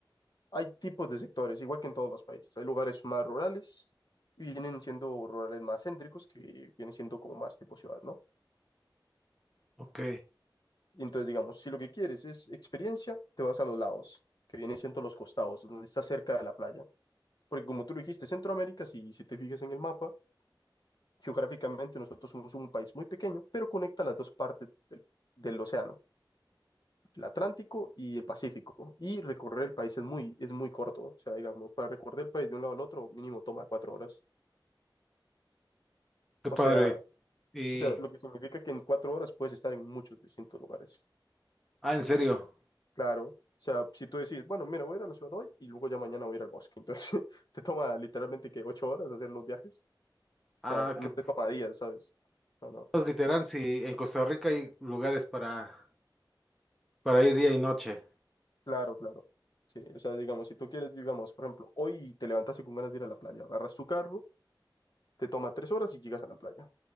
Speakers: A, on the left; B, in the centre.
A: Hay tipos de sectores, igual que en todos los países. Hay lugares más rurales y vienen siendo rurales más céntricos, que vienen siendo como más tipo ciudad, ¿no?
B: Ok,
A: Y entonces, digamos, si lo que quieres es experiencia, te vas a los lados, que vienen siendo los costados, donde está cerca de la playa. Porque como tú lo dijiste, Centroamérica, si, si te fijas en el mapa, geográficamente nosotros somos un país muy pequeño, pero conecta las dos partes del, del océano, el Atlántico y el Pacífico. Y recorrer el país es muy, es muy corto. O sea, digamos, para recorrer el país de un lado al otro, mínimo toma cuatro horas.
B: qué
A: O
B: padre.
A: sea,
B: Y,
A: o sea, lo que significa que en cuatro horas puedes estar en muchos distintos lugares.
B: ah, en serio.
A: Claro. O sea, si tú decís, bueno, mira, voy a ir a la ciudad hoy y luego ya mañana voy a ir al bosque. Entonces, <laughs> te toma literalmente que ocho horas hacer los viajes.
B: Ah,
A: O sea, no
B: que
A: te toma días, ¿sabes? No, no.
B: pues, literal, si en Costa Rica hay lugares para, para ir día y noche.
A: Claro, claro. Sí, o sea, digamos, si tú quieres, digamos, por ejemplo, hoy te levantaste con ganas de ir a la playa, agarras tu carro, te toma tres horas y llegas a la playa.